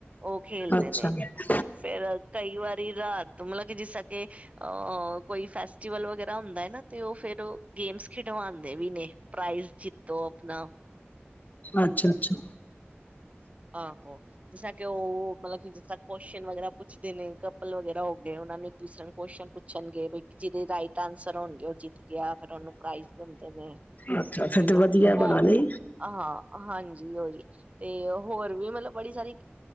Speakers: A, on the right; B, on the left.
A: ਉਹ ਖੇਲਦੇ
B: ਅੱਛਾ, ਅੱਛਾ।
A: ਨੇ ਫੇਰ ਕਈ ਵਾਰੀ ਰਾਤ ਮਤਲਬ ਕਿ ਜਿਸ ਤ ਕੇ ਅਹ ਕੋਈ, ਫੈਸਟੀਵਲ ਵਗਰਾ ਹੁੰਦਾ ਹੈ, ਨਾ ਤੇ ਉਹ ਫੇਰ ਗੇਮਸ ਖਿਡਵਾਦੇ ਵੀ ਨੇ ਪ੍ਰਾਈਜ਼ ਜਿੱਤੋ ਆਪਣਾ
B: ਅੱਛਾ-ਅੱਛਾ,
A: ਆਹੋ ਜਿਸ ਤਰਾ ਕਿ ਉਹ ਮਤਲਬ ਕਿ ਜਿਸ ਤਰਾ ਕੁਸ਼ਚਨ ਵਗੈਰਾ ਪੁੱਛਦੇ ਨੇ ਕਪਲ ਵਗੈਰਾ ਔ। ਏ ਉਹਨਾਂ ਨੇ ਦੂਸਰਾ ਨੂੰ ਕੁਸ਼ਚ ਪੁੱ ਪੁੱਛਣਗੇ ਬ ਜਿਹਦੇ ਰਾਹੀ ਸਰ ਹੋਣਗੇ, ਉਹ ਜਿੱਤ ਗਿਆ ਫਿਰ ਉਹਨੂੰ ਪ੍ਰਾਈਜ਼ ਦਿੰਦੇ ਨੇ,
B: ਅੱਛਾ, ਅੱਛਾ,
A: ਫਿਰ
B: ਤੇ ਵਧੀਆ
A: ਹੋਰ
B: ਬੜਾ ਨਈ।
A: ਹਾਂ ਹਾਂਜੀ ਉਹੀ ਤੇ ਉਹ ਹੋਰ ਵੀ ਮਤਲਬ ਬੜੀ, ਸਾਰੀ,